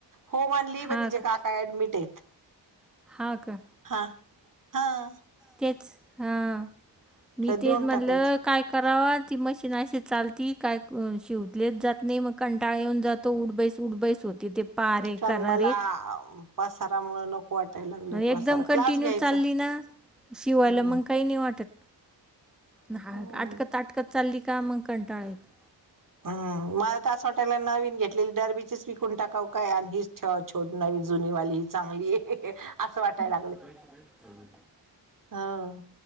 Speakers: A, on the right; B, in the centre.
A: होम आणली
B: हा
A: पण तिच्या
B: का
A: काका ऍडमिट आहेत.
B: हा का
A: हां हां.
B: तेच हा मी तेच
A: देऊन
B: म्हटलं.
A: टाकायचं
B: काय करावा ती मशीनशी चाल त काय शिवलीच जात नाही मग कंटाळ येऊन जात. त उडबईस उडबैस होती ते पारे
A: कारण
B: करारे
A: मला पसारामुळे नक वाटायला लागलंय
B: आणि एकदम
A: पसारा
B: कंटिन्यू
A: क्लास घ्यायचं
B: चालली ना शिवायला
A: हम्म!
B: मग काही नाही वाटत ना
A: हम्म
B: आटकत आटकत चालली का मग कंटाळा येतो.
A: हम मला तर आस वाटायलय नवीन घेतलेली डरबीचेस विकून टाकाव काय आणि हीच छ छोड नवी जुनी वाली ही चांगली आहे. असं वाटायला
B: अकरा अकरा
A: हं